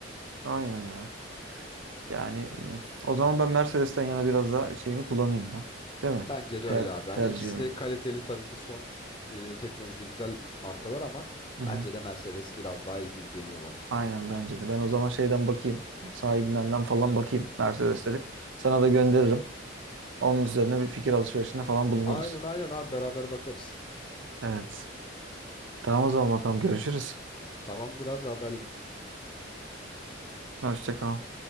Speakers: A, on the right; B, on the left.
A: Aynen ya. Yani mm, o zaman ben Mercedes'ten yana biraz daha şeyimi kullanayım ya. Değil mi?
B: Bence de
A: Ter
B: öyle abi. Hani
A: tercihimi.
B: ikisi de kaliteli tabii ki son e, teknolojide güzel markalar ama
A: Hı hı.
B: bence de Mercedes biraz daha iyi gibi geliyor bana.
A: Aynen bence de. Ben o zaman şeyden bakayım. Sahibindenden falan bakayım Mercedes'leri. Sana da gönderirim. Onun üzerine bir fikir alışverişinde falan bulunuruz.
B: Aynen aynen abi beraber bakarız.
A: Evet. Tamam o zaman bakalım görüşürüz.
B: Tamamdır abi haber.
A: Hoşça kal.